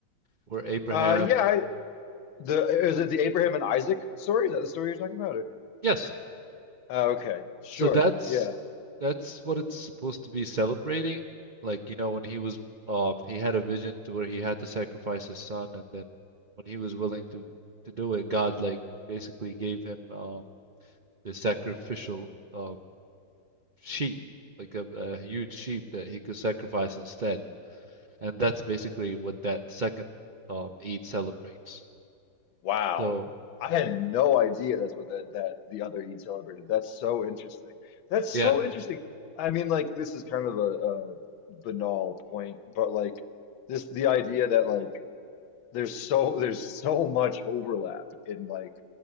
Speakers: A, on the right; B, on the left.
A: where Abraham?
B: Uh, yeah, I, the, is it the Abraham and Isaac story? Is that the story you're talking about? Or?
A: Yes.
B: Uh, okay, sure.
A: So that's
B: Yeah.
A: that's what it's supposed to be celebrating. Like, you know, when he was um he had a vision to where he had to sacrifice his son, and then when he was willing to to do it, God like basically gave him um the sacrificial uh, sheep, like a, a huge sheep that he could sacrifice instead. And that's basically what that second um, Eid celebrates.
B: Wow.
A: So,
B: I had no idea that's what that, that the other Eid celebrated. That's so interesting. That's so
A: yeah.
B: interesting. I mean, like this is kind of a, a banal point, but like this the idea that like there's so there's so much overlap in like